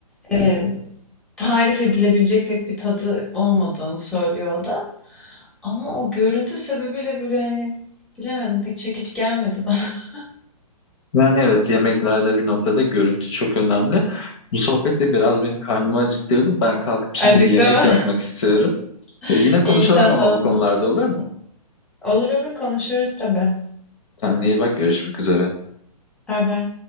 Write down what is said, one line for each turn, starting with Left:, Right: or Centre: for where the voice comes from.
Centre: emm, tarif edilebilecek pek bir tadı olmadığını söylüyor o da ama o görüntü sebebiyle böyle, hani, bilemedim, pek çekici gelmedi bana. <laughs>
Left: Yani evet yemeklerde bir noktada görüntü çok önemli. Bu sohbet de biraz benim karnımı acıktırdı. Ben kalkıp şimdi
Centre: Acıktım.
Left: bir yemek yapmak istiyorum.
Centre: <laughs>
Left: E, yine konuşalım
Centre: İyi, tamamdır.
Left: ama bu konularda olur mu?
Centre: Olur olur konuşuruz tabii.
Left: Kendine iyi bak görüşmek üzere.
Centre: Baybay.